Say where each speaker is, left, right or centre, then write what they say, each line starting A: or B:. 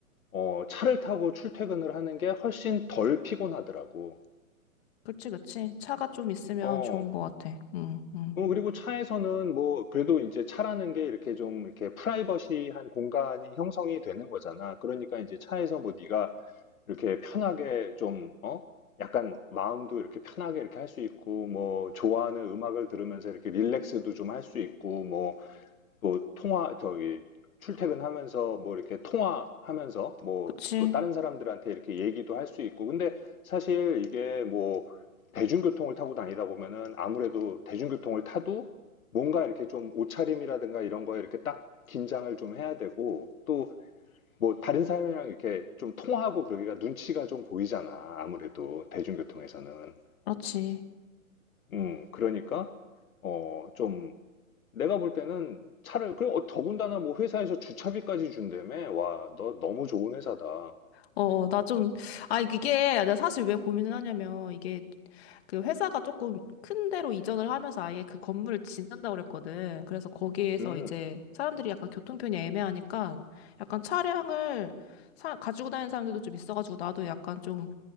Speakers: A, on the left; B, on the left.
A: 어, 차를 타고 출퇴근을 하는 게 훨씬 덜 피곤하더라고.
B: 그치 그치 차가 좀 있으면
A: 어,
B: 좋은 것 같아 음음
A: 어, 그리고 차에서는 뭐 그래도 이제 차라는 게 이렇게 좀 이렇게 프라이버시한 공간이 형성이 되는 거잖아. 그러니까 이제 차에서 뭐 네가 이렇게 편하게 좀, 어? 약간 마음도 이렇게 편하게 이렇게 할 수 있고, 뭐, 좋아하는 음악을 들으면서 이렇게 릴렉스도 좀 할 수 있고, 뭐, 또 통화, 저기, 출퇴근하면서 뭐 이렇게 통화하면서 뭐
B: 그치
A: 또 다른 사람들한테 이렇게 얘기도 할 수 있고. 근데 사실 이게 뭐 대중교통을 타고 다니다 보면은 아무래도 대중교통을 타도 뭔가 이렇게 좀 옷차림이라든가 이런 거에 이렇게 딱 긴장을 좀 해야 되고, 또 뭐 다른 사람이랑 이렇게 좀 통화하고 그러기가 눈치가 좀 보이잖아. 아무래도 대중교통에서는.
B: 그렇지
A: 음, 그러니까 어, 좀 내가 볼 때는 차를 그리고 어, 더군다나 뭐 회사에서 주차비까지 준다며. 와, 너 너무 좋은 회사다.
B: 어나 좀 아 이게 내가 사실 왜 고민을 하냐면 이게 그 회사가 조금 큰 데로 이전을 하면서 아예 그 건물을 짓는다고 그랬거든. 그래서 거기에서
A: 음,
B: 이제 사람들이 약간 교통편이 애매하니까 약간 차량을 사, 가지고 다니는 사람들도 좀 있어가지고 나도 약간 좀,